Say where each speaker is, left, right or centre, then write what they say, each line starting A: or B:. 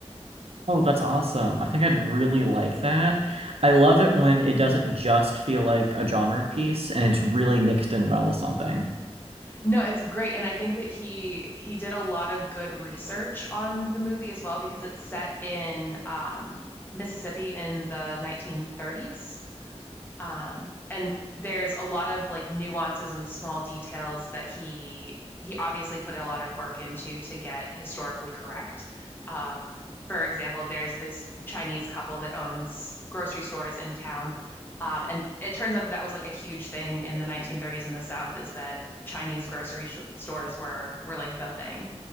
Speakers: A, on the right; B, on the left.
A: Oh, that's awesome. I think I'd really like that. I love it when it doesn't just feel like a genre piece and it's really mixed in well with something.
B: No, it's great, and I think that he he did a lot of good research on the movie as well because it's set in um, Mississippi in the 1930s. Um, and there's a lot of like nuances and small details that he he obviously put a lot of work into to get historically correct. Um, for example, there's this Chinese couple that owns grocery stores in town, um, and it turns out that that was like a huge thing in the 1930s in the South is that Chinese grocery sh stores were were like the thing.